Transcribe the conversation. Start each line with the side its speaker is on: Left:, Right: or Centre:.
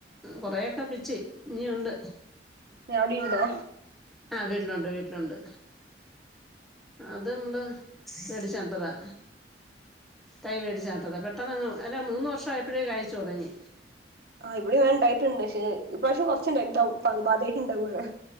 Centre: കൊറേയൊക്കെ പിച്ചി ഇനിയുണ്ട്
Right: ഏഹ് അവ്ടിംണ്ടോ
Centre: ആഹ് വീട്ടിലൊണ്ട് വീട്ടിലൊണ്ട് അത് മ്മള് വേടിച്ച് നട്ടതാ തൈ വേടിച്ചു നട്ടതാ. പെട്ടെന്നങ്ങ് അല്ല മൂന്ന് വർഷായപ്പഴേ കായിച്ച് തൊടങ്ങി.
Right: ആ ഇപടെം തെ ണ്ടായിട്ടുണ്ട് ക്ഷേ ഇപ്രാശ്യം കുറച്ചുണ്ടായി ണ്ടാവും പാത്യാ യിട്ട്ണ്ടാവാണ്.